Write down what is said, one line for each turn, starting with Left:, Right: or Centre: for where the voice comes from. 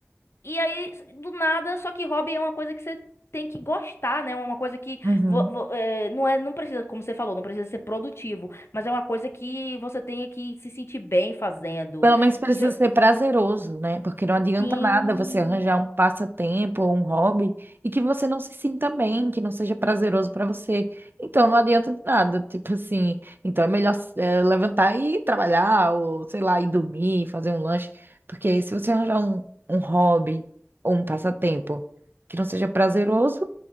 Left: E aí, do nada, só que hobby é uma coisa que você tem que gostar, né? Uma coisa que
Right: Uhum.
Left: vo- vo- eh, não é, não precisa, como você falou, não precisa ser produtivo, mas é uma coisa que você tem que se sentir bem fazendo.
Right: Pelo menos precisa
Left: E
Right: ser prazeroso, né? Porque não adianta
Left: assim,
Right: nada você arranjar um passatempo ou um hobby e que você não se sinta bem, que não seja prazeroso para você. Então não adianta de nada, tipo assim. Então é melhor eh, levantar e ir trabalhar, ou sei lá, ir dormir, fazer um lanche. Porque se você arranjar um, um hobby ou um passatempo que não seja prazeroso,